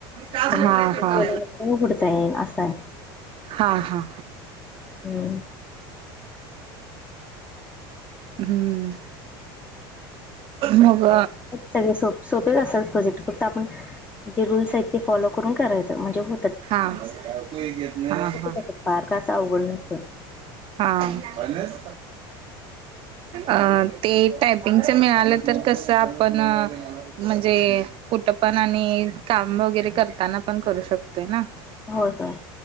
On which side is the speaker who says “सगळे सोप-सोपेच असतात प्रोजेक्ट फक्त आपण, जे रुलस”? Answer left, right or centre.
Left